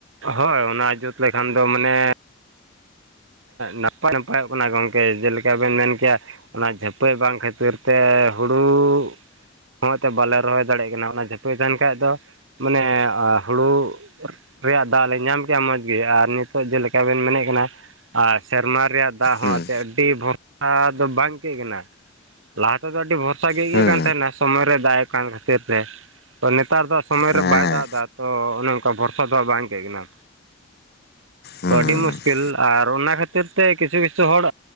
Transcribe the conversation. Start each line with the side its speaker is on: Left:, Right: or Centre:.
Right: ᱦᱚᱭ ᱚᱱᱟ ᱡᱩᱛ ᱞᱮᱠᱷᱟᱱ ᱫᱚ ᱢᱟᱱᱮ ᱱᱟᱯᱟᱭ ᱱᱟᱯᱟᱭᱚᱜ ᱠᱟᱱᱟ ᱜᱚᱢᱠᱮ ᱡᱮᱞᱮᱠᱟ ᱵᱮᱱ ᱢᱮᱱ ᱠᱮᱜᱼᱟ ᱚᱱᱟ ᱡᱷᱟᱹᱯᱟᱹᱭ ᱵᱟᱝ ᱠᱷᱟᱹᱛᱤᱨ ᱛᱮ ᱦᱩᱲᱩ <unintelligible> ᱵᱟᱞᱮ ᱨᱚᱦᱚᱭ ᱫᱟᱲᱮᱭᱟᱜ ᱠᱟᱱᱟ ᱚᱱᱟ ᱡᱷᱟᱹᱯᱟᱹᱭ ᱛᱟᱦᱮᱱ ᱠᱷᱟᱡ ᱫᱚ ᱢᱟᱱᱮ ᱦᱩᱲᱩ ᱨᱮᱭᱟᱜ ᱫᱟᱜ ᱞᱮ ᱧᱟᱢ ᱠᱮᱭᱟ ᱢᱚᱡᱽ ᱜᱮ ᱟᱨ ᱱᱤᱛᱚᱜ ᱡᱮᱞᱮᱠᱟ ᱵᱮᱱ ᱢᱮᱱᱮᱫ ᱠᱟᱱᱟ ᱟᱨ ᱥᱮᱨᱢᱟ ᱨᱮᱭᱟᱜ ᱫᱟᱜ ᱦᱚᱸ
Left: ᱦᱩᱸ
Right: ᱮᱛᱮ ᱟᱹᱰᱤ ᱵᱷᱚᱨᱥᱟ ᱫᱚ ᱵᱟᱝ ᱟᱹᱭᱠᱟᱹᱜ ᱠᱟᱱᱟ ᱞᱟᱦᱟ ᱛᱮᱫᱚ ᱟᱹᱰᱤ ᱵᱷᱚᱨᱥᱟ ᱜᱮ ᱤᱭᱟᱹᱟᱹᱜ
Left: ᱦᱩᱸ
Right: ᱠᱟᱱ ᱛᱟᱦᱮᱱᱟ ᱥᱚᱢᱚᱭ ᱨᱮ ᱫᱟᱜ ᱮ ᱠᱟᱱ ᱠᱷᱟᱹᱛᱤᱨ ᱛᱮ ᱛᱚ ᱱᱮᱛᱟᱨ ᱫᱚ ᱥᱚᱢᱚᱭ
Left: ᱦᱮᱸ
Right: ᱨᱮ ᱵᱟᱭ ᱫᱟᱜ ᱫᱟ ᱛᱚ ᱚᱱᱮ ᱚᱱᱠᱟ ᱵᱷᱚᱨᱥᱟ ᱫᱚ ᱵᱟᱝ ᱟᱹᱭᱠᱟᱹᱜ ᱠᱟᱱᱟ
Left: ᱦᱩᱸ
Right: ᱛᱚ ᱟᱹᱰᱤ ᱢᱩᱥᱠᱤᱞ ᱟᱨ ᱟᱨ ᱚᱱᱟ ᱠᱷᱟᱹᱛᱤᱨ ᱛᱮ ᱠᱤᱪᱷᱩ ᱠᱤᱪᱷᱩ ᱦᱚᱲ